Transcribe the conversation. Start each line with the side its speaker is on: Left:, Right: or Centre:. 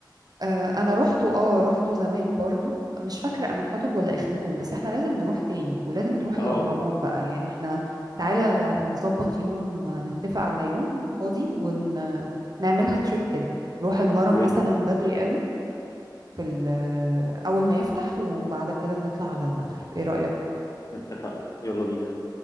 Right: آه، انا روحته اه روحته زمان برضو مش فاكره من حطب ولا اخناتون بس احنا لازم نروح تاني ولازم نروح
Left: اه
Right: الاهرامات
Left: اه
Right: بقى يعني احنا تعالى نظبط يوم آه، نتفق على يوم فاضي ونعملها تريب كده نروح الهرم
Left: ماشي
Right: مثلا بدري قوي في ال- آه، اول ما يفتح وبعد كده نطلع على المتحف ايه رايك
Left: ات- اتفقنا يلا بينا